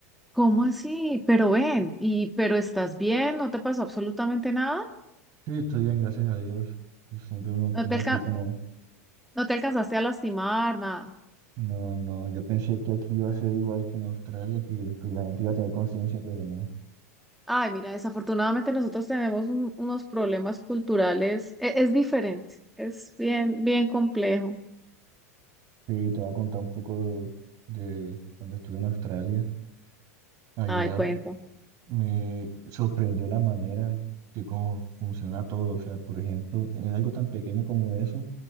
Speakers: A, in the centre; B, on the right.
A: ¿Cómo así? Pero ven, y pero estás bien, no te pasó absolutamente nada,
B: Sí, estoy bien, gracias a Dios. Y Siempre uno
A: no
B: tiene
A: te alca-
B: aquí como...
A: no te alcanzaste a lastimar, nada.
B: No, no, yo pensé que aquí iba a ser igual que en Australia, que, que la gente iba a tener conciencia, pero no.
A: Ay, mira, desafortunadamente nosotros tenemos un- unos problemas culturales, e- es, diferente, es bien, bien complejo.
B: Sí, te voy a contar un poco de cuando estuve en Australia. Allá
A: Ay, cuéntame.
B: Me sorprendió la manera de cómo funciona todo. O sea, por ejemplo, en algo tan pequeño como eso,